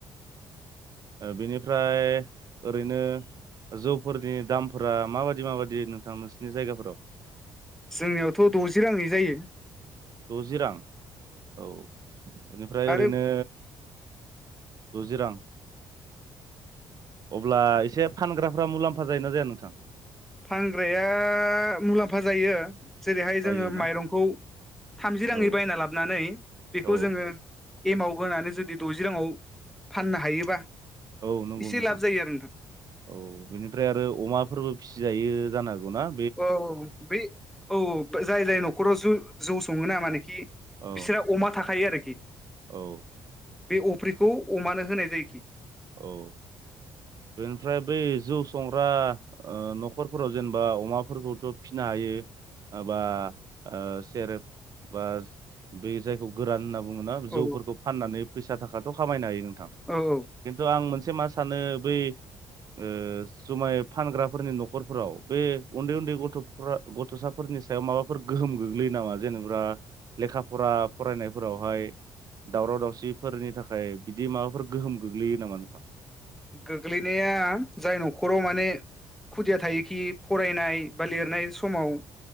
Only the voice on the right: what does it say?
बेनिफ्राय ओरैनो जौफोरनि दामफोरा माबायदि माबायदि नोंथां नोंसोरनि जायगाफोराव
द'जि रां औ बेनिफ्राय ओरैनो
रुजि रां अब्ला एसे फानग्राफ्रा मुलाम्फा जायोना जाया नोंथां
जायोना
औ
औ
औ नंगौ
नोंथां
औ बेनिफ्राय आरो अमाफोरबो फिसिजायो जानो हागौ ना
औ
औ
औ बेनिफ्राय बै जौ संग्रा ओ न'खरफोराव जेनेबा अमाफोरखौथ' फिसिनो हायो। बा सेरेब बा बे जायखौ गोरान होनना बुङोना
जौफोरखौ फाननानै फैसा थाखाथ' खामायनो हायो नोंथां
खिन्थु आं मोनसे मा सानो बै ओ जुमाय फानग्राफोरनि न'खरफोराव बे उन्दै उन्दै गथ'फ्रा गथ'साफोरनि सायाव माबाफोर गोहोम गोग्लैयो नामा जेनेबा लेखा फरा फरायनायफोरावहाय दावराव दावसिफोरनि थाखाय बिदि माबाफोर गोहोम गोग्लैयो नामा नोंथां